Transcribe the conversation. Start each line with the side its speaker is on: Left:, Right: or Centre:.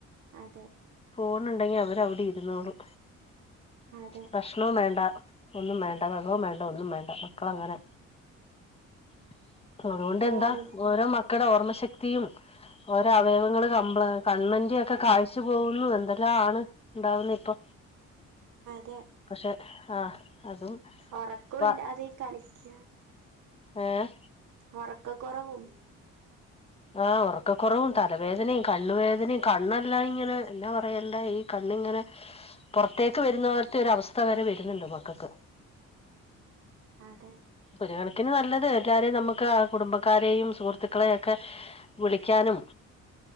Right: അതെ
Left: ഫോണുണ്ടെങ്കി അവരവിടെ ഇരുന്നോളും
Right: അതെ
Left: ഭക്ഷണവും വേണ്ട ഒന്നും വേണ്ട വെള്ളവും വേണ്ട ഒന്നും വേണ്ട മക്കളങ്ങനെ. <unintelligible> ണ്ടെന്താ
Right: ഫോണിൽ
Left: ഓരോ മക്കടെ ഓർമ്മ ശക്തിയും ഓരോ അവയവങ്ങള് കംപ്ലയി കണ്ണിന്റെ ഒക്കെ കാഴ്ച പോകുന്നു എന്തെല്ലാ ആണ് ഉണ്ടാവുന്നത് ഇപ്പൊ
Right: അതെ
Left: പക്ഷെ ആ അതും
Right: ഉറക്കം
Left: ഇപ്പൊ
Right: ഇല്ലാതെ കളിക്ക
Left: ഏഹ്
Right: ഒറക്കക്കുറവും
Left: ആ ഒറക്കക്കുറവും തലവേദനയും കണ്ണുവേദനയും കണ്ണെല്ലാം ഇങ്ങനെ എന്നാ പറയണ്ടെ ഈ കൺ ണ്ണിങ്ങനെ പൊറത്തേക്ക് വര്ന്ന പോലത്തെ ഒരു അവസ്ഥ വരെ വരുന്നുണ്ട് മക്കക്ക്
Right: അതെ
Left: ഒരു കണക്കിന് നല്ല എല്ലാരെയും നമുക്ക് കുടുംബക്കാരെയും സുഹൃത്തുക്കളെയും ഒക്കെ വിളിക്കാനും